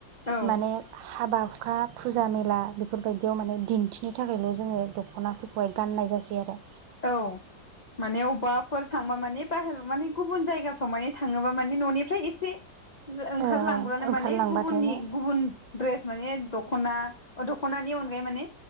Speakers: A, on the left (about 70°); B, on the right (about 85°).
A: औ
B: माने हाबा ना फुजा मेला बेफोरबायदियाव माने दिन्थिनो थाखायल' जोङो दख'नाफोरखौहाय गाननाय जासै आरो।
A: औ माने अबबाफोर थांबा माने बाहेरयाव माने गुबुन जायगाफ्राव माने थाङोबा माने न'निफ्राय एसे जो ओंखारलांब्रानो
B: ओ ओंखारलांबाथायनो
A: माने गुबुननि गुबुन द्रेस माने दख'ना ओ दख'नानि अनगायै माने